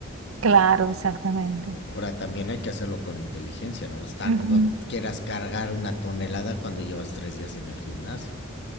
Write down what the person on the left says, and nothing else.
Ahora también hay que hacerlo con inteligencia, ¿no? Estar,
no quieras cargar una tonelada cuando llevas tres días en el gimnasio,